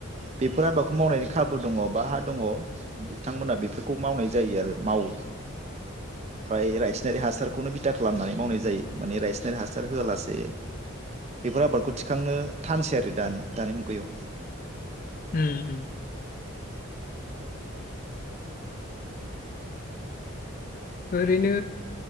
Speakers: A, on the right; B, on the left.
A: बेफोर आबादखौ मावनायनि खाबु दङ बा हा दङ बिथांमोनहा बेफोरखौ मावनाय जायो आरो मावो फ्राय रायसनारि हासारखौनो बिथा खालामनानै मावनाय जायो माने रायसनारि हासार हासार होआलासेै बेफोर आबादखौ थिखांनो थानसै आरो दानि दानि मुगायाव।
B: उम उम ओरैनो